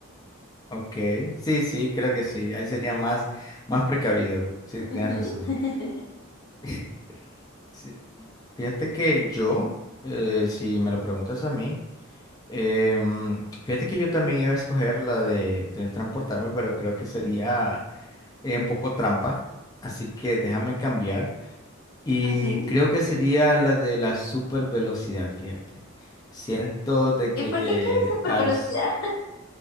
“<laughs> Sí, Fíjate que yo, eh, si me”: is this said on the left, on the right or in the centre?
Left